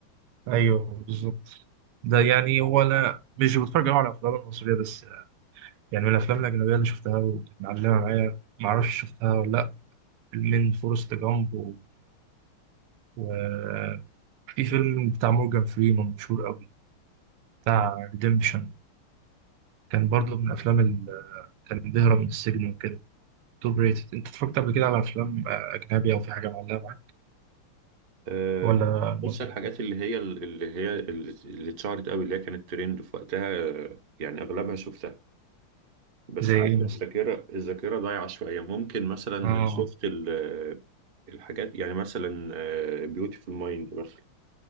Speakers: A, on the right; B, on the right.
A: ايوه بالظبط ده يعني هو انا مش بتفرج أوي على الافلام المصريه بس يعني من الافلام الاجنبيه اللي شفتها وكانت معلمه معايا ما اعرفش شفتها ولا لا فيلمين فورست جامب و- وفي فيلم بتاع مورجان فريمان مشهور قوي بتاع ريديمبشن كان برضو من الافلام اللي كان بيهرب من السجن وكده توب ريتد انت اتفرجت قبل كده على افلام آه، اجنبي او في حاجه معلقه معاك
B: آه،
A: ولا مصري
B: بص الحاجات
A: كده
B: اللي هي اللي هي اللي اللي اتشهرت قوي اللي هي كانت ترند في وقتها آه، يعني اغلبها شفتها بس
A: زي
B: عارف
A: ايه مثلا
B: الذاكرة الذاكرة ضايعة شوية ممكن مثلا
A: اه
B: شفت ال- الحاجات يعني مثلا بيوتيفول مايند مثلا